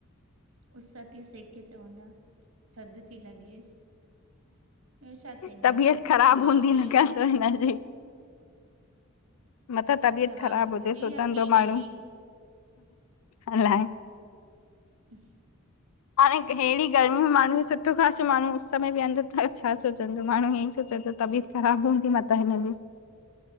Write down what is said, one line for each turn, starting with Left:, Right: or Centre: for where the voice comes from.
Right: उस ती सेके चवंदा थध ती लॻेसि, ॿियो छा चईंदीअ
Left: तबियत ख़राब
Right: माण्हू
Left: हूंदी
Right: त इहो
Left: न करे
Right: ई मतिलबु
Left: हिनजे मतां तबियत
Right: ख़राब
Left: ख़राबु
Right: हूंदी
Left: हुजेस सोचंदो
Right: या थी वेंदी
Left: माण्हू, अलाए?
Right: म <inaudible>
Left: हाणे हेड़ी गर्मी में माण्हू सुठो खासो माण्हू उस में विहंदो त छा सोचंदो माण्हू ईअं ई सोचंदो तबियत ख़राबु हूंदी मतां हिनजी,